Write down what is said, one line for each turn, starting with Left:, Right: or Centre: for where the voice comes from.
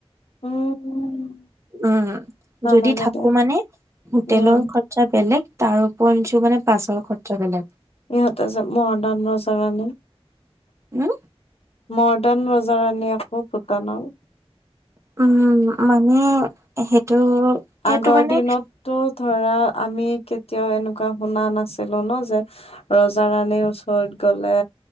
Left: উম।
Right: উম
Left: নালাগে
Right: যদি থাকো
Left: দিয়া
Right: মানে হোটেলৰ
Left: উম,
Right: খৰচা বেলেগ তাৰ ওপৰত নিছো মানে পাছৰ খৰচা বেলেগ।
Left: ইহঁতে যে মডাৰন ৰ চাগ ন।
Right: উম।
Left: মৰ্ডান ৰজা ৰাণী আকৌ ভূটানৰ।
Right: উম মানে সেইটো
Left: আগৰ
Right: এইটো মানে
Left: দিনতো। ধৰা আমি কেতিয়াও এনেকুৱা শুনা নাছিলো ন যে ৰজা ৰাণীৰ ওচৰত গলে